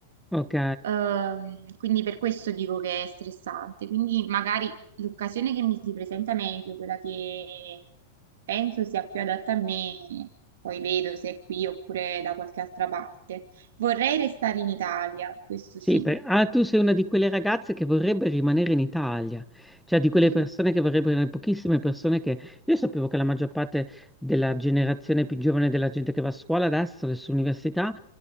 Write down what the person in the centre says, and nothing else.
Ok.
Sì,
per- ah, tu sei una di quelle ragazze che vorrebbe rimanere in Italia, cioè di quelle
persone che vorrebbero, le pochissime persone che... Io sapevo che la maggior parte della generazione più giovane della gente che va a scuola adesso, adesso all'università,